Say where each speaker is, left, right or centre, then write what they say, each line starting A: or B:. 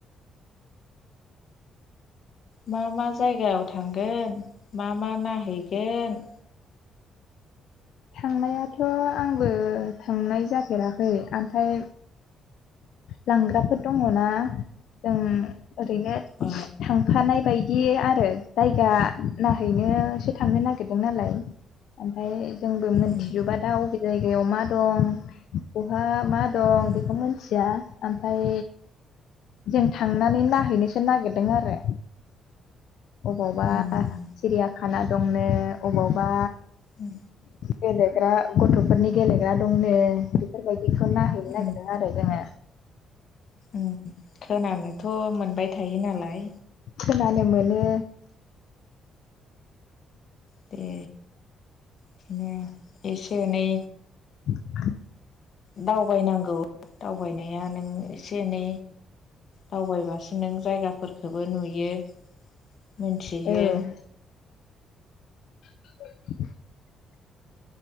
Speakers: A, on the left; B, on the left.
A: मा मा जायगायाव थांगोन मा मा नायहैगोन
B: थांनायाथ' आंबो थांनाय जाफेराखै ओमफ्राय लांग्राफोर दङ ना जों ओरैनो
A: अ
B: थांफानाय बाय बि आरो जायगा नायहैनोसो थांनो नागिरदों नालाय ओमफ्राय जोंबो मिथिजोबा
A: उम
B: दा अबे जायगायाव मा दं बहा मा दं
A: उम
B: बेखौ मिथिया ओमफाय जों थांनानै नायहैनोसो नागिरदों आरो अबावबा
A: उम
B: सिरिया खाना दं नो अबावबा
A: औ
B: गेलेग्रा गथ'फोरनि गेलेग्रा दंनो बेफोरबायदि बेखौ नायहैनो
A: उम
B: नागिरदों आरो जोङो
A: उम खोनानोथ' मोनबाय थायो नालाय
B: खोनानो मोनो
A: बे बिदिनो एसे एनै
B: <unintelligible>
A: दावबायनांगौ दावबायनाया नों एसे एनै दावबायबासो नों जायगाफोरखौबो नुयो। मोनथियो।
B: औ <unintelligible>